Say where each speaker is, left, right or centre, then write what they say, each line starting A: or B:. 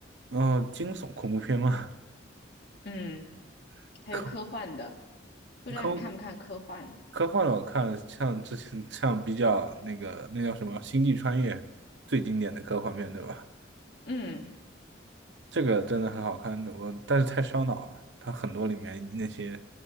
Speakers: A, on the right; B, on the left.
A: 然后惊悚、恐怖片吗？
B: 嗯，
A: <laughs>
B: 还有科幻的，
A: 科
B: 不知道你看不看科幻的？
A: 科科幻的我看，像之前像比较那个那叫什么《星际穿越》，最经典的科幻片，对吧？
B: 嗯，
A: 这个真的很好看的，我但是太烧脑了。它很多里面那些